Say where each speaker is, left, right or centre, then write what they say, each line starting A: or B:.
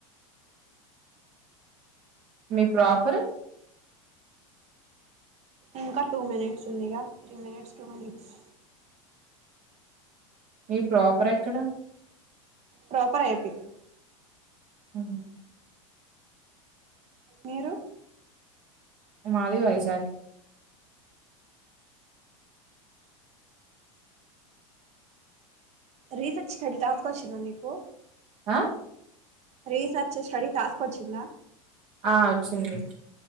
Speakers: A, on the right; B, on the right.
A: మీ ప్రాపరు
B: ఇంకా టూ మినిట్స్ ఉందిగా త్రీ మినిట్స్ టూ మినిట్స్
A: మీ ప్రాపర్ ఎక్కడ
B: ప్రాపర్ అయిపి
A: ఉహు
B: మీరు
A: మాది వైజాగ్
B: రీసెర్చ్ స్టడీ టాస్క్ వచ్చిందా మీకు
A: ఆ
B: రీ సర్చ్ స్టడీ టాస్క్ వచ్చిందా
A: ఆ వచ్చింది